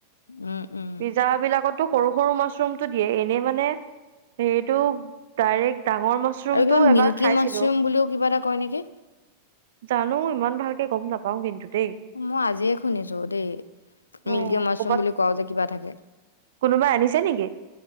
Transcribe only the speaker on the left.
উম উম
আৰু কিবা
মিল্কী
মাছৰুম বুলিও কিবা এটা কয় নেকি?
মই আজিয়ে শুনিছো দেই
মিল্কী মাছৰুম
বুলি কোৱাও যে কিবা থাকে